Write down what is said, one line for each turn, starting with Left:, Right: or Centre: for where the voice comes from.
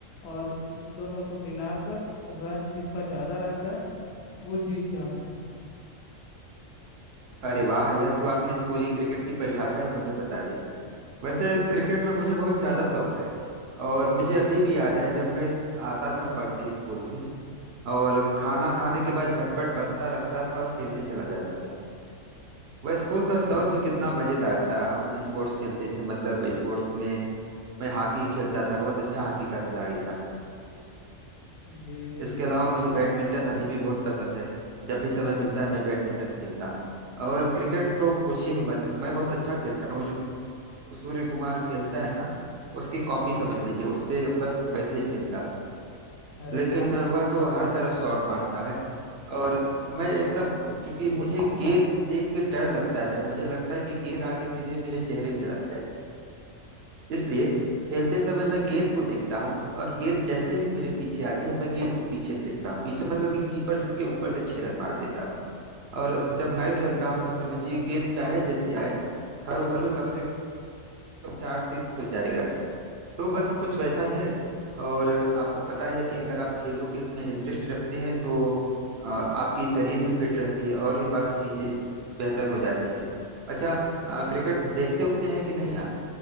Left: और इन दोनों को मिलाकर रन जिसका ज़्यादा रहता है वो जीत जाता है जी
Right: अरे वाह यह तो आपने पूरी क्रिकेट की परिभाषा ही मुझे बता दी वैसे क्रिकेट में मुझे बहुत ज़्यादा शौक है और मुझे अभी भी याद है जब मैं आता था पढ़ के स्कूल से और खाना खाने के बाद झटपट बस्ता रखता था और खेलने चला जाता था वह स्कूल का दौर भी कितना मज़ेदार था हम स्पोर्ट्स खेलते थे मतलब स्पोर्ट्स में मैं हॉकी खेलता था बहुत अच्छा हॉकी का खिलाड़ी था
Left: जी जी
Right: इसके
Left: बिल्कुल
Right: अलावा मुझे बैडमिंटन अभी भी बहुत पसंद है जब भी समय मिलता है मैं बैडमिंटन खेलता हूँ और क्रिकेट तो पूछिए ही मत मैं बहुत अच्छा खेलता हूँ सूर्य कुमार खेलता है ना उसकी कॉपी समझ लीजिए उससे बस वैसे ही खेलता हूं।
Left: अरे
Right: लेकिन
Left: वाह
Right: वह
Left: क्या
Right: तो
Left: बात
Right: हर
Left: है
Right: तरफ शॉट मारता है और मैं एकदम चूंकि मुझे गेंद देख के डर लगता है भाई मुझे लगता है कि गेंद आके सीधे मेरे चेहरे पे लग जाएगी इसलिए खेलते समय मैं गेंद को देखता हूँ और गेंद जैसे ही मेरे पीछे आती है मैं गेंद को पीछे फेंकता हूँ पीछे मतलब कि कीपर्स के ऊपर से छह रन मार देता हूँ और जब मैं खेलता हूँ तो समझिए गेंद चाहे जैसे आए हर ओवर में कम से कम चार सिक्स तो जाएगा ही तो बस कुछ वैसा ही है और आपको पता ही है कि अगर आप खेलों के में इंटरेस्ट रखते हैं तो अ, आपकी शरीर भी फिट रहती है और भी बाकी चीजें बेहतर हो जाती हैं अच्छा अ, क्रिकेट देखते उखते हैं कि नहीं आप